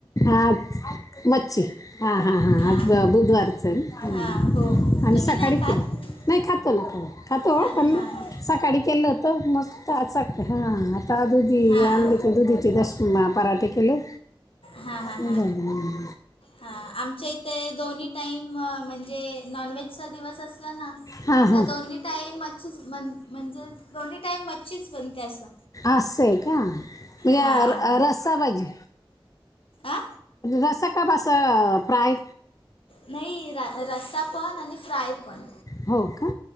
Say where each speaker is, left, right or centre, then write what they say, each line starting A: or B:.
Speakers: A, on the left; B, on the left.
A: आज मच्छी हा हा हा
B: हां
A: आज ब बुधवार च आम्ही
B: हां हो तुम्ही
A: सकाळी
B: नाही खात
A: केल नाही खातो ना खऊ खातो
B: खात
A: पण
B: हां हां
A: सकाळी केलं होतं मग हां आता आ दुधी
B: हां
A: आणली त दुधीची दशमी महा, पराठे केले
B: हा, हा,
A: नाही
B: हा,
A: झालं.
B: हा आमच्या इथे दोन्ही टाईम म्हणजे जे नॉनव्हेजचा दिवस असला ना
A: हां
B: त्या
A: हां
B: दोन्ही टाईम मच्छी च बनते म्हणजे, हा दोन्ही टाईम मच्छी बनते असं
A: असे का मग
B: हां
A: रसां पाहिजे
B: आ
A: रस्सा का असं फ्राय
B: नाही रस्सा पण आणि फ्राय पण
A: हो का